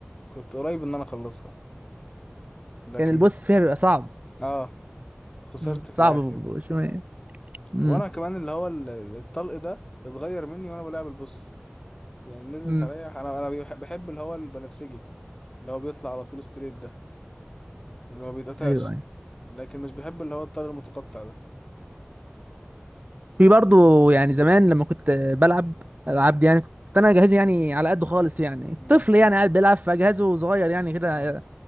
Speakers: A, on the left; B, on the right.
A: كنت قريب ان انا اخلصها لكن
B: كان البوس فيها بيبقى صعب
A: اه خسرت
B: امم
A: في
B: صعب
A: الاخر
B: ب- ب- شويه امم
A: وانا كمان اللي هو ال- الطلق ده اتغير مني وانا بلعب البوس يعني نزلت
B: امم
A: عليا انا انا بيح- بحب اللي هو البنفسجي اللي هو بيطلع على طول ستريت ده اللي هو بيتقطعش
B: ايوه أيوة.
A: لكن مش بحب اللي هو الطلق المتقطع ده
B: في برضو يعني زمان لما كنت بلعب العاب دي يعني كنت انا جهازي يعني على قده خالص يعني
A: مم.
B: طفل يعني قاعد بيلعب فجهازه صغير يعني كده
A: اه